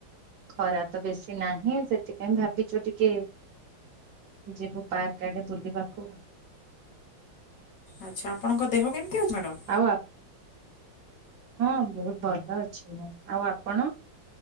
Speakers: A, on the right; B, on the left.
A: ଖରା ତ ବେଶୀ ନାହିଁ ସେଥିପାଇଁ ଭାବିଛୁ ଟିକେ ଯିବୁ ପାର୍କ ଆଡେ ବୁଲିବାକୁ।
B: ଆଚ୍ଛା ଆପଣଙ୍କ ଦେହ କେମତି ଅଛି ମ୍ୟାଡ଼ମ୍?
A: ଆଉ ହଁ ବହୁତ ଭଲ ଅଛି ମୁଁ ଆଉ ଆପଣ?